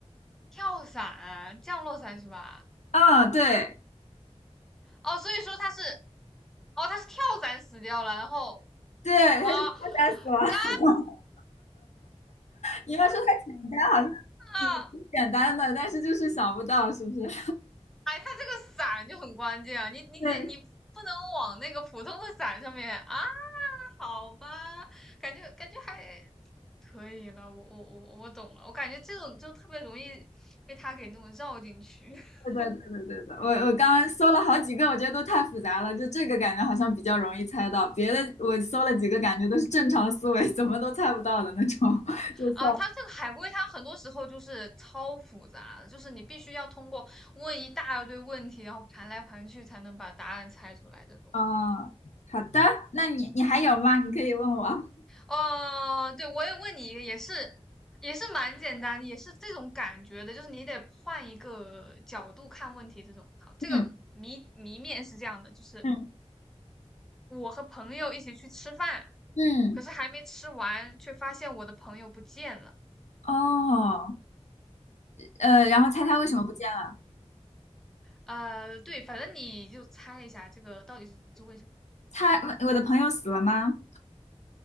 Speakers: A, in the centre; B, on the left.
A: 跳伞，降落伞是吧？
B: 啊、对
A: 哦，所以说他是，哦，他是跳伞死掉了，然后
B: 对，它是跳下死亡。
A: 啊，咋、
B: <laughs> 你要说它简单，好像也挺简单的，
A: 啊？
B: 但是就是想不到，是不是？<laughs>
A: 哎，他这个伞就很关键啊，你你得你不能往那个普通的伞上面啊，
B: 对，
A: 好吧，感觉感觉还可以了，我我我我懂了，我感觉这种就特别容易被他给那种绕进去 <laughs>
B: 对对，对对，对的。我我刚刚搜了好几个，我觉得都太复杂了，就这个感觉好像比较容易猜到，别的我搜了几个，感觉都是正常思维，怎么都猜不到的那种，<laughs> 就算了。
A: 啊。他这个海龟，它很多时候就是超复杂的，就是你必须要通过问一大堆问题，然后盘来盘去才能把答案猜出来这种。
B: 哦，好的，那你你还有吗？你可以问我。
A: 哦，对，我也问你一个，也是也是蛮简单的，也是这种感觉的，就是你得换一个角度看问题。这种好，这个谜谜面是这样的，
B: 嗯
A: 就是
B: 嗯
A: 我和朋友一起去吃饭，
B: 嗯，
A: 可是还没吃完，却发现我的朋友不见了。
B: 哦，呃，然后猜他为什么不见了？
A: 嗯，呃，对，反正你就猜一下这个到底是为什么？
B: 他，我的朋友死了吗？